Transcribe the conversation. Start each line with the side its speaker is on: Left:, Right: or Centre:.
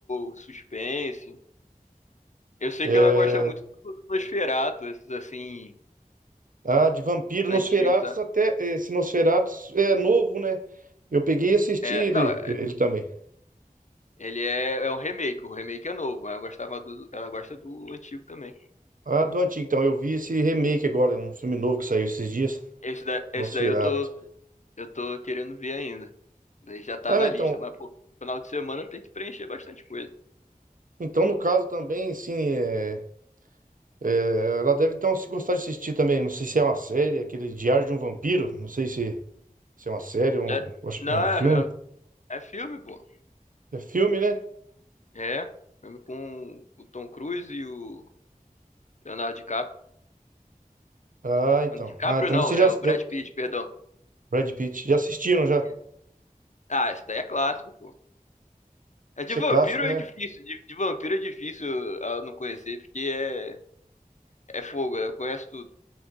Left: ou suspense. Eu sei
Right: É,
Left: que ela gosta muito do Nosferatu, esses assim,
Right: ah, de vampiro,
Left: antigos.
Right: Nosferatus
Left: sabe?
Right: até. Esse Nosferatus é novo, né? Eu peguei e assisti
Left: É,
Right: ele,
Left: não, é,
Right: ele também.
Left: ele é, é um remake, o remake é novo, mas eu gostava do, ela gosta do antigo também.
Right: Ah, do antigo, então. Eu vi esse remake agora, um filme novo que saiu esses dias,
Left: Esse, da, esse
Right: Nosferatu.
Left: daí eu tô, eu tô querendo ver ainda. Daí já tá
Right: Ah,
Left: na
Right: mas
Left: lista,
Right: então,
Left: mas pô, final de semana tem que preencher bastante coisa.
Right: então no caso também, sim, é. É, ela deve então se gostar de assistir também. Não sei se é uma série, aquele Diário de um Vampiro. Não sei se, se é uma série, um,
Left: Já-
Right: eu acho
Left: não,
Right: que é um
Left: é,
Right: filme.
Left: é- é filme, pô.
Right: É filme, né?
Left: É, filme com o Tom Cruise e o Leonardo DiCaprio.
Right: Ah, então.
Left: DiCaprio
Right: Ah, então
Left: não,
Right: você
Left: é
Right: já
Left: o Brad
Right: deve-
Left: Pitt, perdão.
Right: Brad Pitt já assistiram já?
Left: Isso. Ah, esse daí é clássico, pô. É
Right: Isso
Left: de vampiro
Right: é clássico,
Left: é
Right: né?
Left: difícil, de, de vampiro é difícil ah, não conhecer, porque é, é fogo, né? Conhece tudo.